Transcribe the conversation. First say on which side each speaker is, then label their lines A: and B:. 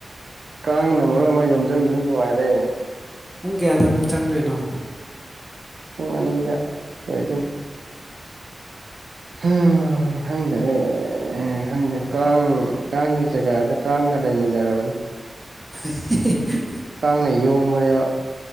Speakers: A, on the right; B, in the centre.
A: ꯀꯥꯡꯅ ꯃꯔꯨꯞ ꯑꯃ ꯌꯣꯝꯁꯤꯟꯕꯅ ꯅꯨꯡꯉꯥꯏꯔꯦ
B: ꯄꯨꯡ ꯀꯌꯥꯗ ꯑꯃꯨꯛ ꯆꯪꯗꯣꯏꯅꯣ
A: ꯄꯨꯡ ꯑꯅꯤꯗ ꯂꯣꯏꯗꯣꯏꯅꯤ ꯎꯝ ꯍꯪꯗꯦꯔꯦ ꯑꯦ ꯈꯪꯗꯦ ꯀꯥꯡ ꯀꯥꯡꯒꯤ ꯖꯒꯥꯗ ꯀꯥꯡꯒ ꯂꯩꯃꯤꯟꯅꯔꯕꯅꯦ
B: <unintelligible>
A: ꯀꯥꯡꯅ ꯌꯣꯝꯕꯅꯦꯕ